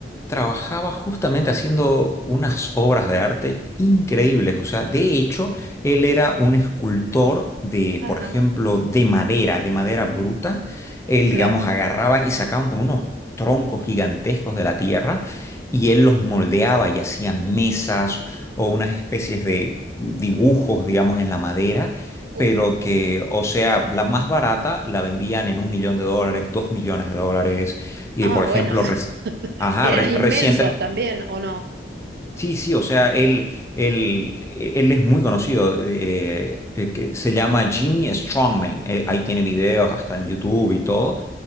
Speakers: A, on the left (about 15°); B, on the right (about 60°).
A: trabajaba justamente haciendo unas obras de arte increíbles. O sea, de hecho, él era un escultor de,
B: Ajá,
A: por ejemplo, de madera, de madera bruta él,
B: claro.
A: digamos, agarraban y sacaban como unos troncos gigantescos de la tierra y él los moldeaba y hacía mesas o unas especies de dibujos, digamos, en la madera,
B: Uf.
A: pero que, o sea, la más barata la vendían en un millón de dólares, dos millones de dólares, y
B: Ah,
A: por
B: bueno,
A: ejemplo,
B: <laughs>
A: reci- ajá,
B: eran
A: re-
B: inmensos
A: reciente...
B: también, ¿o no?
A: Sí, sí, o sea, él, él, él es muy conocido, eh, eh, que se llama Jimmy Strongman, eh, ahí tiene videos hasta en YouTube y todo,